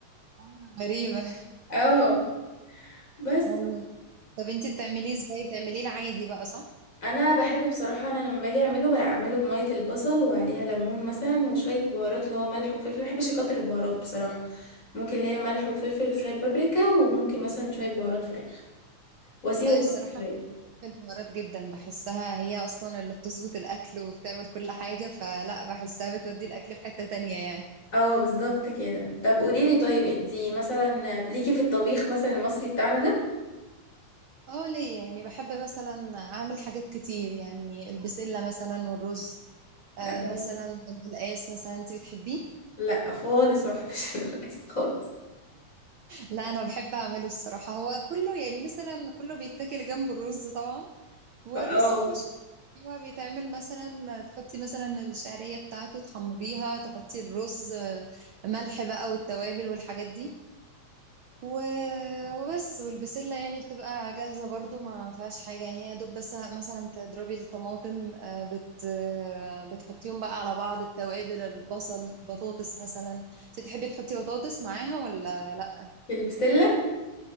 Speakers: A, on the right; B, on the left.
A: آه، غريبة
B: اه بس
A: ايوه طب انتي بتعمليه ازاي؟ بتعمليه العادي بقى صح؟
B: انا بحب بصراحة انا لما باجي اعمله بعمله بمية البصل وعليها ليمون مثلا وشوية بهارات اللي هو ملح وفلفل ما بحبش اكتر البهارات بصراحة ممكن ليا ملح وفلفل وشوية بابريكا وممكن مثلا شوية بهارات فراخ واسيبه
A: لا
B: براحته
A: الصراحة
B: شوية
A: انا بحب البهارات جدا بحسها هي اصلا اللي بتظبط الاكل وبتعمل كل حاجة فلا بحسها بتودي الاكل في حتة تانية يعني
B: اه بالظبط كده طب قوليلي طيب انتي مثلا ليكي في الطبيخ مثلا المصري بتاعنا ده
A: اه ليا يعني بحب مثلا اعمل حاجات كتير يعني البسلة مثلا والرز آه
B: آه،
A: مثلا القلقاس مثلا انتي بتحبيه؟
B: لا خالص ما بحبش <laughs> القلقاس خالص
A: لا انا بحب اعمله الصراحه هو كله يعني مثلا كله بيتاكل جنب الرز طبعا والرز
B: فاه
A: ما فيهوش هو بيتعمل مثلا تحطي مثلا الشعريه بتاعته تحمريها تحطي الرز ملح بقى والتوابل والحاجات دي و... وبس والبسله يعني بتبقى جاهزه برضو ما فيهاش حاجه يعني هي دوب بس مثلا تضربي الطماطم آه، بت... آه، بتحطيهم بقى على بعض التوابل البصل بطاطس مثلا انت تحبي تحطي بطاطس معاها ولا لا
B: في البسلة